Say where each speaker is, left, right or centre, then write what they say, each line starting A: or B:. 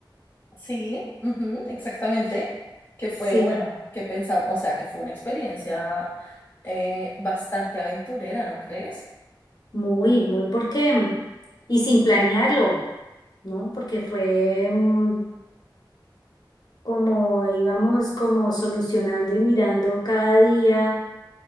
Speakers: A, on the left; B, on the left.
A: Sí, ujú, exactamente, que fue,
B: Sí,
A: bueno, que pensamos, o sea, que fue una experiencia eh, bastante aventurera, ¿no crees?
B: muy, muy porque, y sin planearlo, ¿no? Porque fue, mm, como íbamos como solucionando y mirando cada día